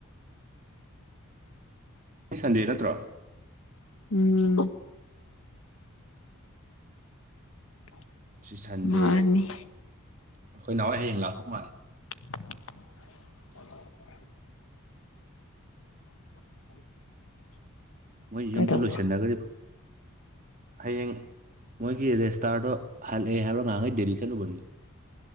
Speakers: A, on the right; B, on the left.
A: ꯁꯟꯗꯦ ꯅꯠꯇ꯭ꯔꯣ
B: ꯎꯝ <inaudible>
A: ꯁꯤ ꯁꯟꯗꯦ
B: ꯃꯥꯅꯤ
A: ꯑꯩꯈꯣꯏ ꯅꯥꯎ ꯍꯣꯏ ꯍꯥꯌꯦꯡ ꯂꯥꯛꯇꯧ ꯃꯥꯜꯂꯦ
B: <inaudible> <inaudible>
A: ꯃꯣꯏ
B: ꯀꯩꯗꯧꯕ꯭ꯔꯣ
A: ꯌꯨꯝꯗ ꯂꯣꯏꯁꯟꯅꯈꯔꯤꯕ ꯍꯌꯦꯡ ꯃꯣꯏꯒꯤ ꯔꯦꯁꯇꯥꯔꯗꯣ ꯍꯜꯂꯛꯑꯦ ꯍꯥꯏꯕꯅꯣ ꯉꯥꯏꯍꯈꯩ ꯗꯦꯜꯂꯤ ꯆꯠꯂꯨꯕꯅꯤ